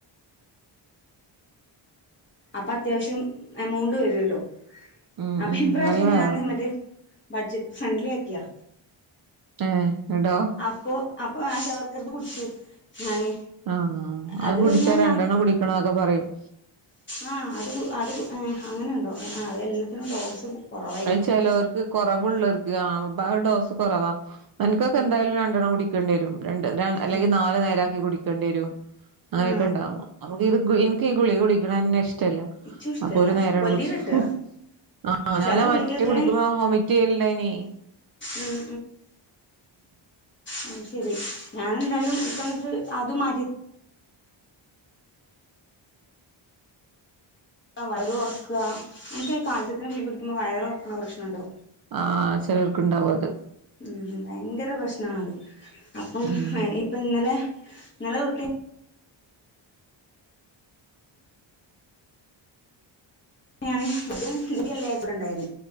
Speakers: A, on the left (about 25°); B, on the right (about 50°).
A: അപ്പൊ അത്യാവശ്യം എമൗണ്ട് വരുല്ലോ
B: ഉം
A: അപ്പൊ
B: ഉം
A: ഇപ്രാവശ്യം
B: നല്ലതാ
A: ഞാന് മറ്റേ ബഡ്ജറ്റ് ഫ്രണ്ട്ലി ആക്കിയാ
B: ഏഹ് ഇണ്ടോ
A: അപ്പൊ അപ്പൊ ആഷ അവർക്ക് <unintelligible> ഞാന്
B: ആഹ്
A: അത്
B: കുടിച്ചാ
A: ഞാൻ
B: രണ്ടെണ്ണം കുടിക്കണംന്നൊക്കെ പറയും
A: ആ അത് അത് ഹേ അങ്ങനെ ഉണ്ടോ അത് എല്ലാത്തിനും ഡോസ് കുറവായിരിക്കും
B: അഹ്ചേലോർക്ക് കൊറവുള്ളത് ആ അത് ആ ഡോസ് കൊറവാ. അനക്കൊക്കെ
A: ഉം
B: എന്തായാലും രണ്ടണ്ണം കുടി ക്കേണ്ടിരും. രണ്ട് അല്ലെങ്കിൽ
A: ഉം
B: നാല് നേരാക്കി കുടി ക്കേണ്ടിരും. അങ്ങനെയൊക്കെ
A: ആ
B: ഉണ്ടാവുമ്പോ നമുക്ക് ഇത് ഇൻക്ക് ഈ ഗുളിക കുടി ക്ക്ണന്നെ ഇഷ് ട്ടല്ല
A: ഇച്ചും ഇഷ്ടല്ല
B: അപ്പൊ ഒരു നേരണ്ട്
A: കൊല്ലി
B: കുട്ച്ചും.
A: കെട്ടുക
B: ആ
A: ചില
B: ഞാൻ
A: ഗുളികൊക്കെ
B: മറ്റേ കുടിക്കുമ്പോ വൊമിറ്റ് ചെയ്യല്ണ്ടായിനി
A: ഉം ഉം ശരി ഞാനെന്തായാലും ഇപ്പന്നിട്ട് അത് മാറ്റി വയർ ഒർക്കാ അനക്കീ കാൽസ്യത്തിന്റെ ഗുളിക കുടിക്കിമ്പോ വയർ ഒറക്ക്ണ പ്രശ്നണ്ടോ?
B: ആ ചെലോർക്ക്ണ്ടാവും അത്.
A: ഉം ഭയങ്കര പ്രശ്നാണത്. അപ്പം
B: ഉം
A: ഇപ്പം ഇന്നലെ ഇന്നലെ തൊട്ട് അപ്പം ഞാന് ഇതും ഗുളികെല്ലേ ഇവിടെണ്ടായിര്ന്ന്